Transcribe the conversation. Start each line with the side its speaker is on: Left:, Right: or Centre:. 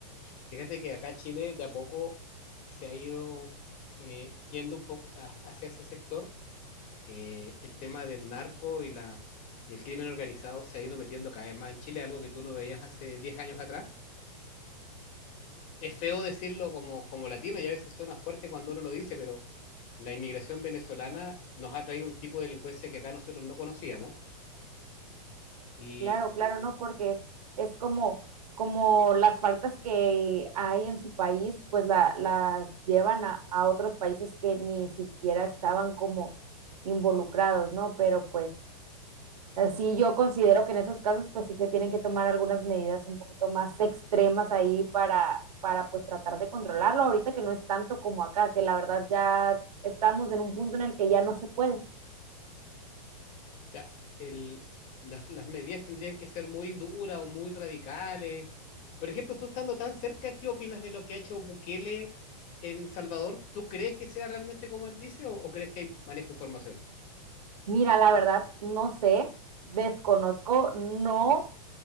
Left: Fíjate que acá Chile de a poco se ha ido eh, yendo un poco a- hacia ese sector. Eh, el tema del narco y, la, y el crimen organizado se ha ido metiendo cada vez más en Chile, algo que tú no veías hace 10 años atrás. Es feo decirlo como, como latino y a veces suena fuerte cuando uno lo dice, pero la inmigración venezolana nos ha traído un tipo de delincuencia que acá nosotros no conocíamos Y,
Right: Claro, claro, no, porque es, es como, como las faltas que hay en su país, pues la, las llevan a, a otros países que ni siquiera estaban como involucrados, ¿no? Pero pues así yo considero que en esos casos, pues sí se tienen que tomar algunas medidas un poquito más extremas ahí para, para pues tratar de controlarlo. Ahorita que no es tanto como acá, que la verdad ya estamos en un punto en el que ya no se puede.
Left: o sea, el, las, las medidas tendrían que ser muy duras o muy radicales. Por ejemplo, tú estando tan cerca, ¿qué opinas de lo que ha hecho Bukele en Salvador? ¿Tú crees que sea realmente como él dice o, o crees que hay manejo de información?
Right: Mira, la verdad, no sé, desconozco, no